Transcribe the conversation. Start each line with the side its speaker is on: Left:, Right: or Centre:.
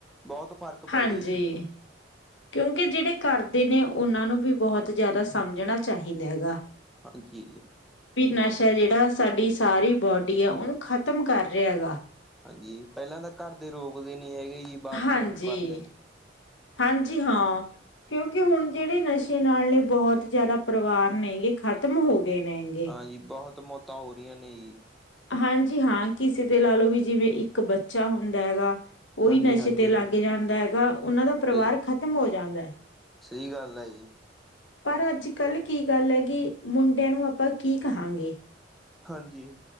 Centre: ਬੋਤ ਫ਼ਰਕ ਪੈ
Left: ਹਾਂਜੀ
Centre: ਜਏ ਜੀ।
Left: ਕਿਉਂਕਿ ਜੇੜੇ ਕਰਦੇ ਨੇ ਉਹਨਾਂ ਨੂੰ ਵੀ ਬੋਤ ਜ਼ਿਆਦਾ ਸਮਝਣਾ ਚਾਹੀਦਾ ਹੈਗਾ।
Centre: ਹਾਂਜੀ।
Left: ਵੀ ਨਸ਼ਾ ਜਿਹੜਾ ਸਾਡੀ ਸਾਰੀ ਬੋਡੀ ਆ ਉਹਨੂੰ ਖ਼ਤਮ ਕਰ ਰਿਹਾ ਹੇਗਾ।
Centre: ਹਾਂਜੀ, ਪੈਲਾਂ ਤਾਂ ਘਰ ਦੇ ਰੋਕਦੇ ਨੀ ਹੈਗੇ ਜੀ। ਬਾਅਦ
Left: ਹਾਂਜੀ,
Centre: ਚੋਂ ਉਹ ਕਰਦੇ ਨੇ।
Left: ਹਾਂਜੀ ਹਾਂ। ਕਿਉਂਕਿ ਹੁਣ ਜੇੜੇ ਨਸ਼ੇ ਨਾਲ ਨੇ ਬਹੁਤ ਜ਼ਿਆਦਾ ਪਰਿਵਾਰ ਨੇਗੇ ਖ਼ਤਮ ਹੋ ਗਏ ਨੇਗੇ।
Centre: ਹਾਂਜੀ, ਬਹੁਤ ਮੌਤਾਂ ਹੋ ਰਹੀਆਂ ਨੇ ਜੀ।
Left: ਹਾਂਜੀ ਹਾਂ ਕਿਸੇ ਤੇ ਲਾ ਲਓ ਵੀ ਜਿਵੇਂ ਇੱਕ ਬੱਚਾ ਹੁੰਦਾ ਹੈਗਾ ਓਵੀ
Centre: ਹਾਂਜੀ
Left: ਨਸ਼ੇ
Centre: ਹਾਂਜੀ
Left: ਤੇ ਲਾਗ ਲੱਗ ਜਾਂਦਾ ਹੈਗਾ। ਉਹਨਾਂ ਦਾ
Centre: ਸਹੀ
Left: ਪਰਿਵਾਰ ਖਤਮ ਹੋ ਜਾਂਦਾ ਐ।
Centre: ਸਹੀ ਗੱਲ ਐ ਜੀ।
Left: ਪਰ ਅੱਜ-ਕੱਲ੍ਹ ਕੀ ਗੱਲ ਘ ਕਿ ਮੁੰਡਿਆਂ ਨੂੰ ਆਪਾਂ ਕੀ ਕਹਾਂਗੇ।
Centre: ਹਾਂਜੀ।